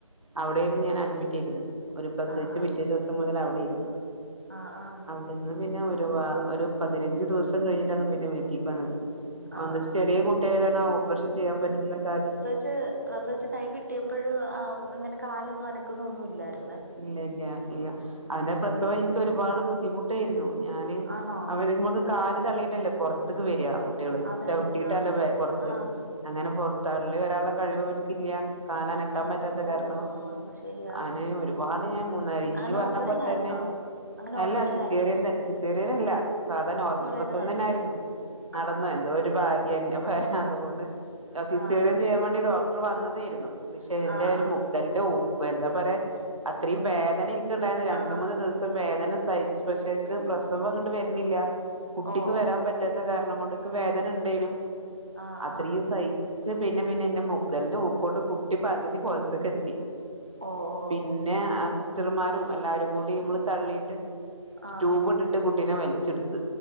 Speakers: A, on the right; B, on the right.
A: അവിടെ ആയിരുന്നു ഞാൻ അഡ്മിറ്റ് ആയിരുന്നു. ഒരു പ്രസവിച്ച
B: ആഹ് ആഹ് ആഹ്
A: പിറ്റേ ദിവസം മുതൽ അവിടേരുന്നു.
B: ആഹ് ആഹ്
A: ടെന്ന് പിന്നെ ഒരുവാ ഒരു പതിനഞ്ച് ദിവസം കഴിഞ്ഞിട്ടാണ് പിന്നെ വീട്ടിക്ക് വന്നത്. ഓൻ
B: ആഹ്
A: ന്താച്ച
B: ആഹ്
A: ചെറിയ കുട്ടിയായ കാരണം ഓപ്പറേഷൻ ചെയ്യാൻ പറ്റുന്ന സാഹചര്യ
B: ഇച്ച് പ്രസദിച്ച് കൈ കിട്ടിയപ്പോഴും അങ്ങനെ കാലൊന്നും അനക്കുന്ന ഒന്നും ഇല്ലായിരു
A: ഇല്ല്യല്ല ഇല്ല അവന്റെ പ്രസവം എനിക്ക് ഒരുപാട് ബുദ്ധിമു ട്ടായിരുന്നു ഞാന്
B: ആണോ
A: അവര് നമ്മക്ക് കാല് തള്ളിയിട്ടല്ലേ പുറത്തക്ക് വരിക കു കുട്ടികള്
B: അതെ
A: ചവിട്ടിയിട്ടല്ലേ
B: ആഹ്
A: പുറത്ത്
B: ആഹ്
A: വരും അങ്ങനെ പുറത്ത് തള്ളി വരാനുള്ള കഴിവ് അവനിക്കില്ല. കാല് അനക്കാൻ
B: ആഹ്
A: പറ്റാത്ത
B: ഓ
A: കാരണം
B: ആഹ് ശരിയാ
A: അങ്ങനെ ഒരു ണ്ട് ഞാൻ മൂന്ന
B: അങ്ങനെ
A: ഇജ് പറഞ്ഞ
B: ഓപ്പറേഷൻ
A: പോലെ
B: ആയിരുന്നോ
A: തന്നെ
B: അങ്ങനെ
A: അല്ല
B: ഓപ്പറേഷൻ
A: സിസേറിയൻ
B: ആയിരുന്നോ
A: തന്നെ സിസേറിയൻ അല്ല സാധാ നോർമൽ പ്രസവം
B: തന്നെ നടന്ന്
A: തന്നാരുന്നു. നടന്നു
B: ആഹ് ആഹ്
A: എന്തോ ഒരു ഭാഗ്യം എൻ അപ്പൊ അതുകൊണ്ട് സിസേറിയൻ
B: ആഹ്
A: ചെയ്യാൻ വേണ്ടി ഡോ ക്ടർ വന്നതായിരുന്നു. പക്ഷെ എന്റെ
B: ആഹ്
A: ഒരു
B: ആഹ്
A: മുക്കലന്റെ ഊക്ക് എന്താ പറയാ അത്രയും വേദന എനി ഇക്ക്ണ്ടായിരുന്നു രണ്ട്
B: ആഹ് ആഹ്
A: മൂന്ന് ദിവസം വേദന സഹിച്ചു പക്ഷെക്ക് പ്രസവം അങ്ങോട്ട് വര്ണില്ല്യ. കുട്ടിക്ക്
B: ഓ
A: വരാൻ
B: ഓ
A: പറ്റാത്ത കാരണം കൊണ്ട് ഇക്ക് വേദന ഉണ്ടേനു
B: ഓ ആഹ്
A: അത്രയും
B: ആഹ്
A: സ ഹിച്ച് പിന്നെ പിന്നെ എൻ്റെ മുക്കലിന്റെ ഊക്കൊണ്ട് കുട്ടി പകുതി പുറത്തേക്കെത്തി.
B: ഓഹ് ഓഹ്
A: പിന്നെ ആ സിസ്റ്റർമാരും എല്ലാരും കൂടി നമ്മള് തള്ളിട്ട് സ്റ്റൂബ്
B: ആഹ്
A: ഇട്ട ട്ട് കുട്ടീനെ വലിച്ചെടുത്ത്